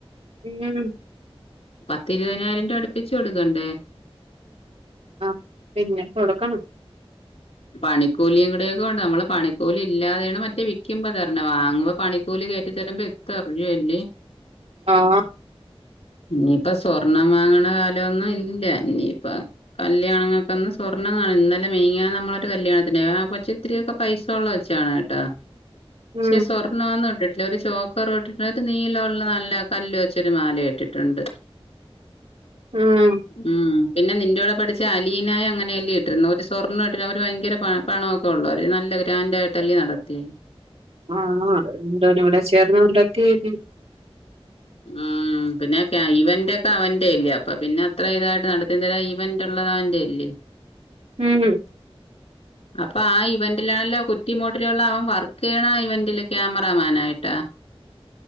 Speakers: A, on the right; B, on the left.
A: ഉം
B: പത്തിരുവയ്നായിരം രൂപ അടുപ്പിച്ച് കൊടുക്കണ്ടേ
A: ആഹ് പിന്നെ കൊടുക്കണം.
B: പണിക്കൂലിയും കൂടൊക്കെ ഒണ്ട്. നമ്മള് പണിക്കൂലി ഇല്ലാതെയാണ് മറ്റേ വിക്കുമ്പോ തരണേ വാങ്ങുമ്പോ പണി കൂലി കയറ്റി തരുമ്പോ എത്ര രൂവയാ ല്ലേ
A: ആഹ്
B: ഇനിയിപ്പ സ്വർണം വാങ്ങണ കാലോന്നും ഇല്ല. ഇനിയിപ്പ കല്യാണങ്ങൾക് ഒന്നും സ്വർണ്ണം കാണില്ല. ഇന്നലെ മെനിഞ്ഞാന്ന് നമ്മളെ കല്യാണത്തിന് പോയി ആ കൊച്ച് ഇത്തിരി ഒക്കെ പൈസ ഒള്ള കൊച്ചാണ് കേട്ടോ.
A: ഉം
B: ശേ സ്വ ർണോന്നും ഇട്ടിട്ടില്ല. ഒരു ചോക്കർ ഇട്ടിട്ടുണ്ട്. ഒരു നീലമുള്ള നല്ല കല്ല് വെച്ചൊരു മാല ഇട്ടിട്ടുണ്ട്. <unintelligible>
A: ആഹ്
B: ആഹ് പിന്നെ നിന്റെ കൂടെ പഠിച്ച അലീനായും അങ്ങനെയല്ലേ ഇട്ടിരുന്നെ ഒരു സ്വർണം ഇട്ട ട്ട് ഭയങ്കര പ പണൊക്കെ ഉള്ളവര്. നല്ല ഗ്രാൻഡായിട്ടല്ലേ നടത്തിയേ
A: ആഹ് <unintelligible> ചേർന്ന കൊണ്ടക്കേനി
B: ആഹ് ആഹ് പിന്നെ ക്കെ ഇവന്റ് ഒക്കെ അവന്റെ ഇല്ലേ അപ്പൊ പിന്നെ അത്ര ഇതായിട്ട് നടത്തി തരാന് ഇവന്റ് ഒള്ളത് അവന്റെ അല്ലേ
A: ഉം
B: അപ്പൊ ആഹ് ഇവന്റിലാണല്ലോ കുറ്റിമൂട്ടിലുള്ള അവൻ വർക്കെയ്യ്ണ ആ ഇവന്റില് ക്യാമറാമാൻ ആയിട്ടാ